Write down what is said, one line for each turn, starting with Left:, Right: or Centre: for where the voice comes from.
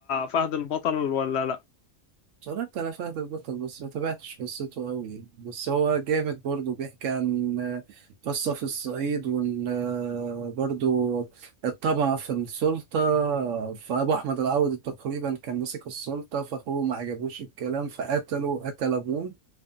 Left: فهد البطل ولا لأ؟
Right: اتفرجت على فهد البطل بس ما تابعتش قصته قوي يعني. بس هو جامد برضه بيحكي عن آه، قصة في الصعيد وان آه، برضه الطمع في السلطة فأبو أحمد العوضي تقريبا كان مسك السلطة فأخوه ما عجبوش الكلام فقتله قتل أبوه